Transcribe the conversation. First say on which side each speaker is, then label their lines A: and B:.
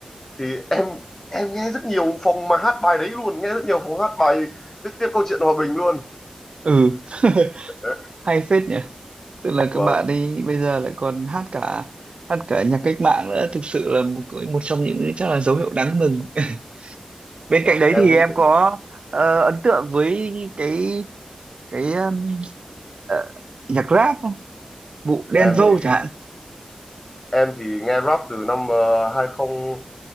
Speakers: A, on the left (about 25°); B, on the right (about 60°).
A: thì em em nghe rất nhiều phòng mà hát bài đấy luôn nghe rất nhiều phòng hát bài viết tiếp câu chuyện hòa bình luôn
B: ừ. <laughs>
A: Đấy,
B: Hay phết nhỉ. tức là
A: vâng
B: các bạn ấy bây giờ lại còn hát cả hát cả nhạc cách mạng nữa thực sự là một một trong những chắc là dấu hiệu đáng mừng <laughs> bên cạnh đấy
A: em
B: thì
A: nghĩ
B: em
A: là
B: có ờ, ấn tượng với cái cái um, ờ, nhạc rap không vụ Đen
A: em
B: Vâu
A: thì
B: chẳng hạn
A: em thì nghe rap từ năm ờ, hai uh,